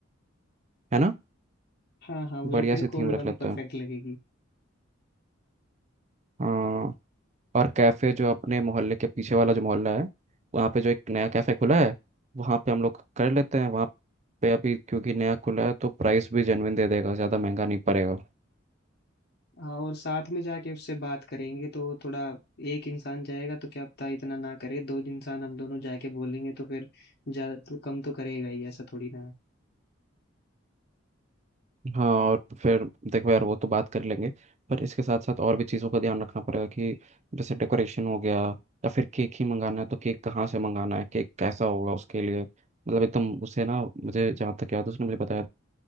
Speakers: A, on the right; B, on the left.
A: है ना
B: हाँ हाँ
A: बढ़िया
B: ब्लैक एंड
A: सी
B: गोल्ड
A: थीम
B: वाली
A: रख लेते
B: परफेक्ट
A: हैं
B: लगेगी
A: हाँ और कैफ़े जो अपने मोहल्ले के पीछे वाला जो मोहल्ला है वहाँ पे जो एक नया कैफ़े खुला है वहाँ पे हम लोग कर लेते हैं वहाँ पे अभी क्योंकि नया खुला है तो प्राइस भी जेन्युइन दे देगा ज़्यादा महंगा नहीं पड़ेगा
B: हाँ और साथ में जाके उससे बात करेंगे तो थोड़ा एक इंसान जाएगा तो क्या पता इतना ना करे दो इंसान हम दोनों जाके बोलेंगे तो फिर ज्यादा तो कम तो करेगा ही ऐसा थोड़ी ना
A: हाँ और फिर देखो यार वो तो बात कर लेंगे पर इसके साथ साथ और भी चीज़ों का ध्यान रखना पड़ेगा कि जैसे डेकोरेशन हो गया या फिर केक ही मंगाना है तो केक कहाँ से मंगाना है केक कैसा होगा उसके लिए मतलब एकदम उसे ना मुझे जहाँ तक याद है उसने मुझे बताया